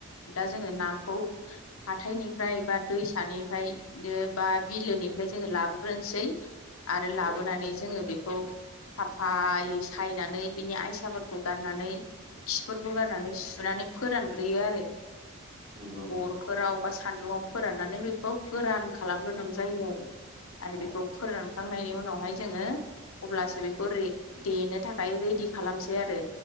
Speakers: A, on the left; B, on the right.
A: जोङो नाखौ हाथायनिफ्राय बा दैसानिफ्रायनो बा बिलोनिफ्राय जोङो लाबोग्रोनसै आरो लाबोनानै
B: औ
A: जोङो बेखौ साफायै सायनानै बिनि आयसाफोरखौ गारनानै खिफोरखौ गारनानै सुनानै फोरानग्रोयो आरो।
B: नंगौ नोंथां
A: अरफोराव बा सान्दुंआव फोराननानै बेखौ गोरान खालामग्रोनाय जायो आरो। आरो
B: औ
A: बेखौ फोरानखांनायनि उनावहाय जोङो अब्लासो बेखौ रे देनो थाखाय रेडि खालामसै आरो।